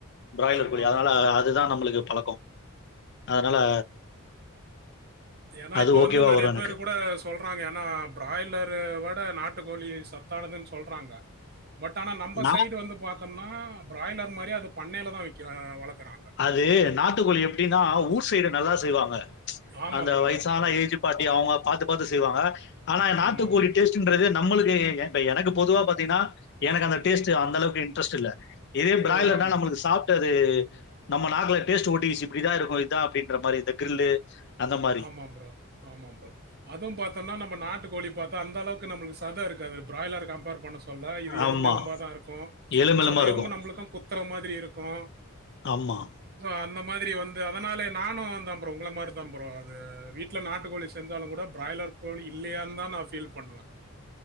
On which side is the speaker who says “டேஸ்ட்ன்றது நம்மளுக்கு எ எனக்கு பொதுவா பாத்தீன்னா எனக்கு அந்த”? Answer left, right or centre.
Left